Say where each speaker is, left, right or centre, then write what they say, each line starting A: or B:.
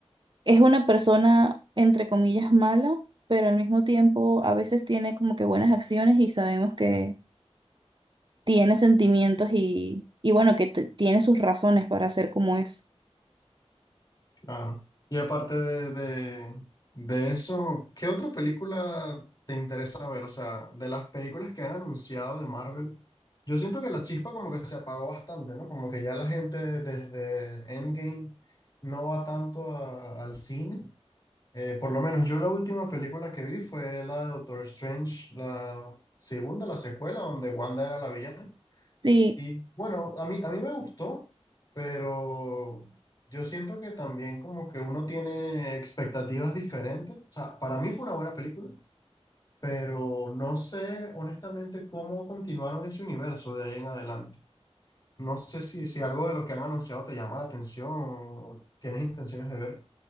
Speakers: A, on the right (about 45°); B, on the left (about 35°).
A: es una persona, entre comillas, mala, pero al mismo tiempo a veces tiene como que buenas acciones y sabemos que tiene sentimientos y, y bueno, que te- tiene sus razones para ser como es.
B: claro. Y aparte de, de, de eso, ¿qué otra película te interesa ver? O sea, de las películas que han anunciado de Marvel, yo siento que la chispa como que se apagó bastante, ¿no? Como que ya la gente desde Endgame no va tanto a- al cine. Eh, por lo menos yo la última película que vi fue la de Doctor Strange, la segunda, la secuela, donde Wanda era la villana.
A: Sí,
B: Y bueno, a mí, a mí me gustó, pero yo siento que también como que uno tiene expectativas diferentes. O sea, para mí fue una buena película, pero no sé honestamente cómo continuaron ese universo de ahí en adelante. No sé si, si algo de lo que han anunciado te llama la atención o tienes intenciones de ver.